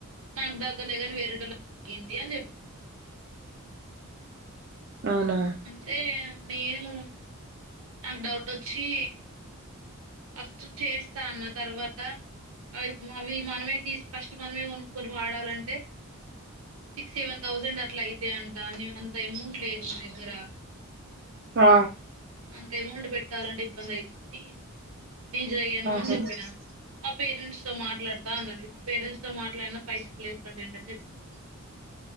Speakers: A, on the right; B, on the right.
A: నాకు దగ్గలేగాని వేరేటో తగింది అని చెప్తుంది
B: అవునా
A: అంటే నేను నక్ డౌట్ ఆచ్చి ఫస్ట్ చేస్తాన్న తర్వాత అవి అవి మనమే తీసి ఫస్ట్ మనమే కొను కొని వాడాలంటే సిక్స్ సెవెన్ థౌసండ్ అట్లా యితే అంటా అని అంత ఎమౌంట్ లేదు మా దగ్గర
B: ఆ
A: అంత ఎమౌంట్ పెట్టాలండి ఇబ్బంది అయితదని నేను జగాను
B: ఆహా
A: అని చెప్పినా మా పేరెంట్స్ తో మాట్లాడతా అన్నది మా పేరెంట్స్ తో మాట్లాడిన పైసలు లేవు ప్రజెంట్ అని చెప్పినను